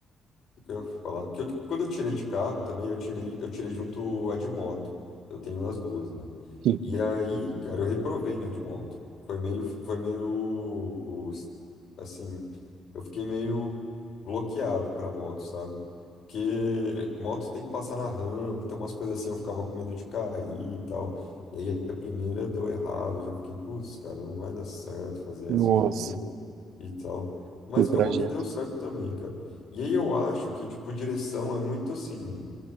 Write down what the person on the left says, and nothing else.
O que eu ia falar? Porque eu, tipo, quando eu tirei de carro também, eu tirei, eu tirei junto a de moto. Eu tenho as duas, né?
E aí, cara, eu reprovei na de moto. Foi meio, foi meio, os- assim, eu fiquei meio bloqueado pra moto, sabe? Porque moto tem que passar na rampa, tem umas coisas assim, eu ficava com medo de cair e tal. E aí a primeira deu errado, eu já fiquei, putz, cara, não vai dar certo fazer
essa de novo e tal. Mas
acabou que deu certo também, cara. E aí eu acho que, tipo, direção é muito assim.